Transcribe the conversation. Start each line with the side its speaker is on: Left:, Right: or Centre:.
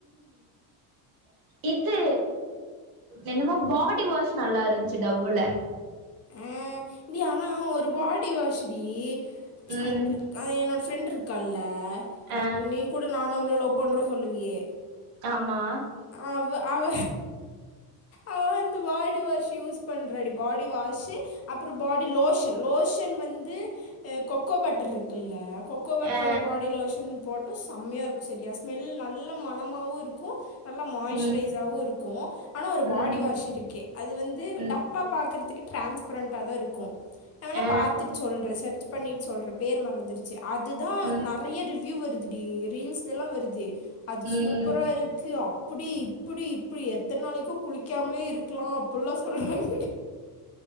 Right: இது என்னமோ பாடி வாஷ் நல்லா இருந்துச்சு டவ்ள
Left: ஆஹ் டி ஆனா ஒரு பாடி வாஷ் டி
Right: ம்
Left: அது தெத் அது என்னோட ஃப்ரெண்ட்ருக்கால்ல
Right: ஆ
Left: நீ கூடு நானு அவ்ளு லவ் பண்றோ சொல்லுவியே
Right: ஆமா
Left: அவ அவ அவ வந்து பாடி வாஷ் யூஸ் பண்றாடி பாடி வா ஷு அப்பற பாடி லோஷன் லோஷன் வந்து கொகோ பட்டர்ரு இருக்குல்ல கொக்கோ பட்டரோட
Right: ஆ
Left: பாடி லோஷன் சம்மையா இருக்கு செரியா ஸ்மெல் நல்ல மனமாவு இருக்கு நல்லா மாய்ஷ்ரைஸாவு
Right: ம்
Left: இருக்கு ஆனா ஒரு
Right: ம்
Left: பாடி வாஷ் இருக்கு அது வந்து
Right: ம்
Left: டப்பா பாக்கற்த்துக்கு ட்ரான்ஸ்ப்ரண்ட்டாதா இருக்கு நா வேணா
Right: ஆ
Left: பாத்துட் சொல்ற சர்ச் பண்ணிட்டு சொல்ற பேர் மறந்துருக்க அதுதா
Right: ம்
Left: நறைய ரிவ்வியூ வரு துடி ரீல்ஸ்லேல்லா வருது அது சூப்பரா
Right: ம்
Left: இருக்கு அப் இப்படி இப்படி இப்படி எத்தனை நாளைக்கு குளிக்காமலே க்லா அப்புல்லா சொல்றாங்